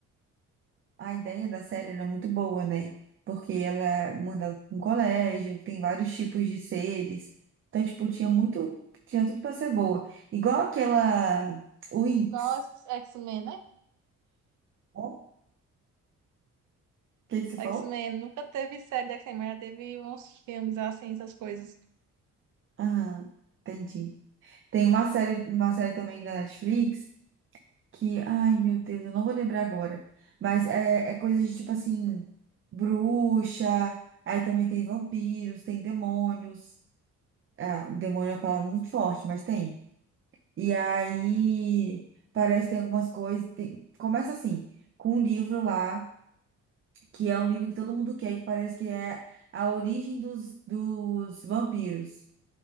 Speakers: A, on the right; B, on the right.
A: A ideia da série era muito boa, né? Porque ela manda pra um colégio, tem vários tipos de seres. Então, tipo, tinha muito... Tinha tudo pra ser boa. Igual aquela... Winx.
B: Igual as X-Men, né?
A: O que que você
B: X-Men
A: falou?
B: nunca teve série de X-Men, mas teve uns filmes assim, essas coisas.
A: Ah, entendi. Tem uma série, uma série também da Netflix que, ai meu Deus, eu não vou lembrar agora, mas é, é coisa de tipo assim, bruxa, aí também tem vampiros, tem demônios, ah, demônio é uma palavra muito forte, mas tem. E aí parece que tem algumas coisas, tem- começa assim, com um livro lá, que é um livro que todo mundo quer, que parece que é a origem dos, dos vampiros,